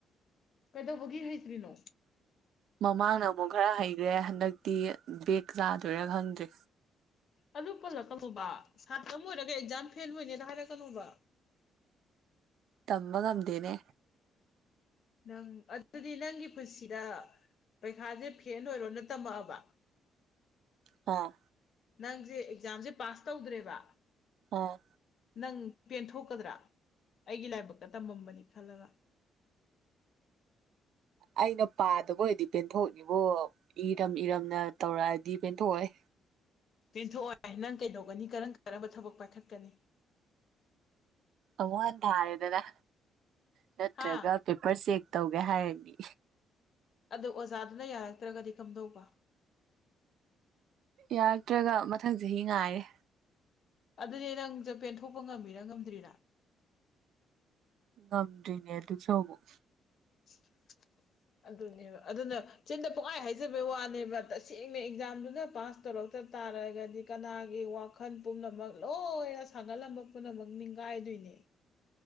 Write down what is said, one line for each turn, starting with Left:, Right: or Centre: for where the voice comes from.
Left: ꯀꯩꯗꯧꯕꯒꯤ ꯍꯩꯇ꯭ꯔꯤꯅꯣ
Right: ꯃꯃꯥꯡꯅ ꯑꯃꯨꯛ ꯈꯔ ꯍꯩꯈ꯭ꯔꯦ ꯍꯟꯗꯛꯇꯤ ꯕꯦꯒ ꯆꯥꯗꯣꯏꯔꯥ ꯈꯪꯗ꯭ꯔꯦ
Left: ꯑꯗꯨ ꯄꯜꯂꯛꯀꯅꯣꯕ ꯁꯥꯇ꯭ꯔ ꯑꯃ ꯑꯣꯏꯔꯒ ꯑꯦꯛꯖꯥꯝ ꯐꯦꯜ ꯑꯣꯏꯅꯦꯅ ꯍꯥꯏꯔꯛꯀꯅꯣꯕ
Right: ꯇꯝꯕ ꯉꯝꯗꯦꯅꯦ
Left: ꯅꯪ ꯑꯗꯨꯗꯤ ꯅꯪꯒꯤ ꯄꯨꯟꯁꯤꯗ ꯄꯩꯈꯥꯁꯦ ꯐꯦꯟ ꯑꯣꯏꯔꯣꯅ ꯇꯝꯃꯛꯑꯕ
Right: ꯑꯥ
Left: ꯅꯪꯁꯦ ꯑꯦꯛꯖꯥꯝꯁꯦ ꯄꯥꯁ ꯇꯧꯗ꯭ꯔꯦꯕ
Right: ꯑꯣ
Left: ꯅꯪ ꯄꯦꯟꯊꯣꯛꯀꯗ꯭ꯔꯥ ꯑꯩꯒꯤ ꯂꯥꯏꯕꯛꯇ ꯇꯝꯃꯝꯕꯅꯤ ꯈꯜꯂꯒ
Right: ꯑꯩꯅ ꯄꯥꯗꯕ ꯑꯣꯏꯗꯤ ꯄꯦꯟꯊꯣꯛꯅꯤꯕꯣ ꯏꯔꯝ ꯏꯔꯝꯅ ꯇꯧꯔꯛꯑꯗꯤ ꯄꯦꯟꯊꯣꯛꯑꯣꯏ
Left: ꯄꯦꯟꯊꯣꯛꯑꯣꯏ ꯅꯪ ꯀꯩꯗꯧꯒꯅꯤ ꯀꯔꯝ ꯀꯔꯝꯕ ꯊꯕꯛ ꯄꯥꯏꯈꯠꯀꯅꯤ
Right: ꯑꯃꯨꯛ ꯍꯟ ꯊꯥꯔꯦꯗꯅ ꯅꯠꯇ꯭ꯔꯒ
Left: ꯍꯥ
Right: ꯄꯦꯄꯔ ꯆꯦꯛ ꯇꯧꯒꯦ ꯍꯥꯏꯔꯅꯤ
Left: ꯑꯗꯣ ꯑꯣꯖꯥꯗꯨꯅ ꯌꯥꯔꯛꯇ꯭ꯔꯒꯗꯤ ꯀꯝꯗꯧꯕ
Right: ꯌꯥꯔꯛꯇ꯭ꯔꯒ ꯃꯊꯪ ꯆꯍꯤ ꯉꯥꯏꯔꯦ
Left: ꯑꯗꯨꯗꯤ ꯅꯪꯖ ꯄꯦꯟꯊꯣꯛꯄ ꯉꯝꯃꯤꯔꯥ ꯉꯝꯗ꯭ꯔꯤꯅ
Right: ꯉꯝꯗ꯭ꯔꯤꯅꯦ ꯑꯗꯨꯁꯨ ꯑꯃꯨꯛ
Left: <inaudible> ꯑꯗꯨꯅꯦꯕ ꯑꯗꯨꯅ ꯆꯤꯟꯗ ꯄꯨꯡꯍꯥꯏ ꯍꯥꯏꯖꯕꯩ ꯋꯥꯅꯦꯕ ꯇꯁꯦꯡꯅ ꯑꯦꯛꯖꯥꯝꯗꯨꯅ ꯄꯥꯁ ꯇꯧꯔꯛꯇ ꯇꯥꯔꯒꯗꯤ ꯀꯅꯥꯒꯤ ꯋꯥꯈꯜ ꯄꯨꯝꯅꯃꯛ ꯂꯣꯏꯅ ꯁꯥꯥꯡꯒꯠꯂꯝꯕ ꯄꯨꯝꯅꯃꯛ ꯅꯤꯡꯒꯥꯏꯗꯣꯏꯅꯦ